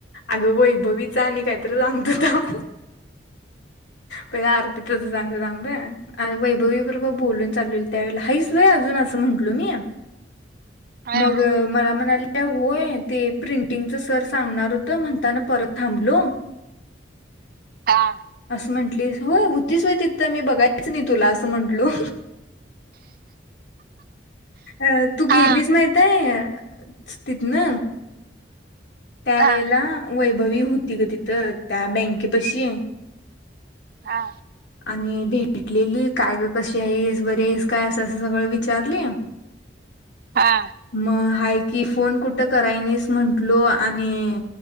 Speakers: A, on the left; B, on the right.
A: अगं वैभवीच आणि काहीतर सांगतो थांब पहिलं अर्पिताच सांगत थांब ह् वैभवी बरोबर बोलून चाललेलो त्या वळेला हाईस व्हं अजून असं म्हंटलो मी
B: हं,
A: मग मला म्हणाली तर होय ते प्रिंटिंगच सर सांगणार होतं, म्हंणताना परत थांबलो
B: हा
A: असं म्हंटलं प्लीज हो होतीच होय तिथं मी बघायच नाही, तुला असं म्हंटलो अ तू
B: हा
A: गेलीस माहित आहे. तिथंन त्यावेळेला,
B: हा
A: वै भवी होती ग तिथं, त्या बँकेपाशी
B: हा.
A: आणि भेटलेली काय ग कशी आहेस, बर आहेस काय अस असं सगळं विचारली
B: हा
A: म हाय की फोन कुठं करायणीस म्हंटलो, आणि